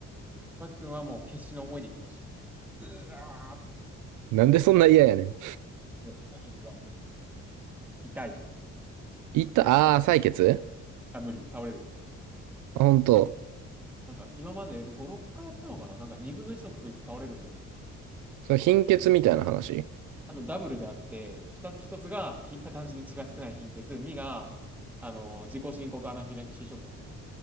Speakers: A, in the centre; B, on the right.
A: マーク君はもう決死の思いで行きました。うわーって、
B: なんでそんな嫌やねん。
A: もうは無理。痛い。
B: いた、あー、採血
A: あ、無理。倒れる。
B: あ、ほんと。
A: なんか今まで5、6回やったのかななんか2分の1の確率で倒れるんだよね。
B: その貧血みたいな話
A: 多分ダブルであって、ふた1つがひ単純に血が少ない貧血、2が、あの、自己申告アナフィラキシーショックですね。